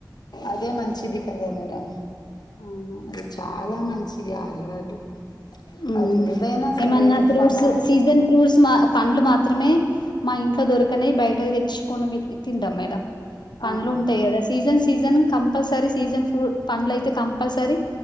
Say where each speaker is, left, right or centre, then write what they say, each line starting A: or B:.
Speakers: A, on the left; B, on the left.
A: అదే మంచిది కదా మేడం
B: అవును
A: అది చాలా మంచిది ఆ అలవాటు
B: ఉ
A: అది ఏదైనా
B: ఏమన్నా
A: సరే
B: ఫ్రూట్స్
A: సమా
B: సీజన్ ఫ్రూట్స్ మ పండ్లు మాత్ త్రిమే మా ఇంట్లో దొరకనవి బయట తెచ్చుకొని వి తింటాం మేడం. పండ్లు
A: ఆ
B: ఉంటాయి కదా సీజన్ సీజన్ కంపల్సరీ సీజన్ ఉ పండ్లు అయితే కంపల్సరీ